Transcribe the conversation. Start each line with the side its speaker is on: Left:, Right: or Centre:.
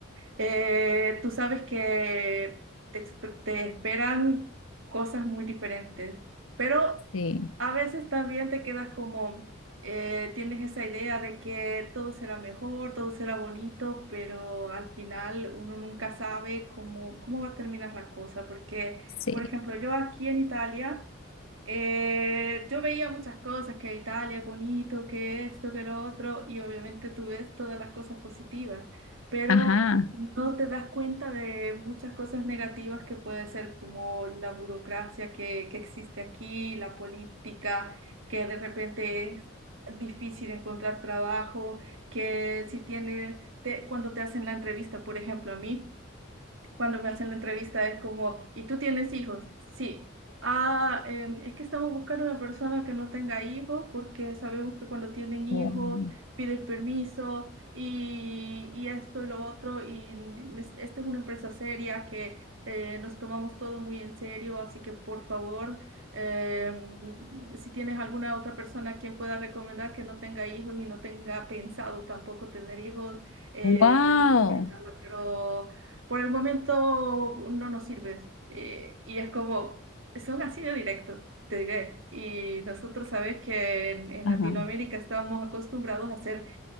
Right: eh, tú sabes que te, exp- te esperan cosas muy diferentes, pero
Left: Sí,
Right: a veces también te quedas como, eh, tienes esa idea de que todo será mejor, todo será bonito, pero al final uno nunca sabe cómo, cómo va a terminar la cosa, porque,
Left: sí.
Right: por ejemplo, yo aquí en Italia eh, yo veía muchas cosas, que Italia es bonito, que esto, que lo otro, y obviamente tú ves todas las cosas positivas, pero
Left: Ajá.
Right: no te das cuenta de muchas cosas negativas que puede ser como la burocracia que, que existe aquí, la política, que de repente es difícil encontrar trabajo, que si tiene, te- cuando te hacen la entrevista, por ejemplo, a mí cuando me hacen la entrevista es como, ¿y tú tienes hijos? Sí. Ah, em, es que estamos buscando una persona que no tenga hijos porque sabemos que cuando tienen
Left: Wow.
Right: hijos piden permiso y, y esto y lo otro y es- esta es una empresa seria que eh, nos tomamos todo muy en serio, así que por favor, em, si tienes alguna otra persona a quien pueda recomendar que no tenga hijos y no tenga pensado tampoco tener hijos, eh,
Left: Wow.
Right: recomiéndala, pero por el momento no nos sirve Eh, y es como, son así de directos, te diré. Y nosotros sabes que en, en
Left: Ajá.
Right: Latinoamérica estamos acostumbrados a ser